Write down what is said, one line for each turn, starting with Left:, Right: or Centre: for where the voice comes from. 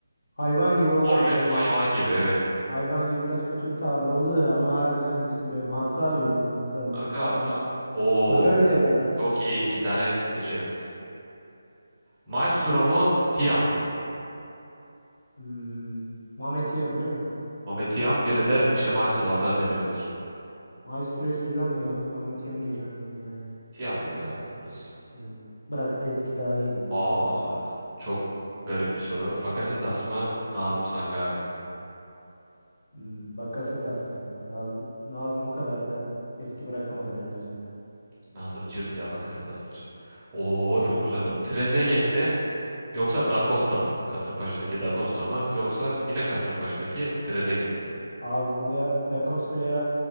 Left: Hayvan gibi olan
Right: Forvet,
Left: tövbe
Right: hayvan
Left: estağfurullah.
Right: gibi evet.
Left: Hayvan gibi biraz kötü bir tabir oldu da ama harbiden cüssüyle. Marka diyorum kanka. Marka
Right: Markao'dur
Left: falan.
Right: abi. Oo,
Left: Kocaeli de galiba şu
Right: çok
Left: an.
Right: iyi iki tane seçim. Maestro mu, Tiam mı?
Left: Hmm. Mehmet Hiyam değil mi?
Right: Mehmet Tiam, biri de işte Maestro Adana Demir'dik.
Left: Maestro'yu seviyorum da kanka Mehmet Hiyam diyeceğim mecburen ya.
Right: Tiam'dır ya burası.
Left: Hiyam bıraktığı etki daha iyiydi bence
Right: Aa,
Left: Anadolu'da.
Right: çok garip bir soru. Bakasetas mı, Nazım Sangare mi?
Left: Hmm. Bakasetas diyorum ben. Nazım, Nazım o kadar da etki bırakamadı benim gözümde.
Right: Nazım Cirt ya, Bakasetas'tır. Oo, çok güzel soru. Trezeguet mi yoksa Da Costa mı? Kasımpaşa'daki Da Costa mı yoksa yine Kasımpaşa'daki Trezeguet mi?
Left: Abi burada Da Costa'ya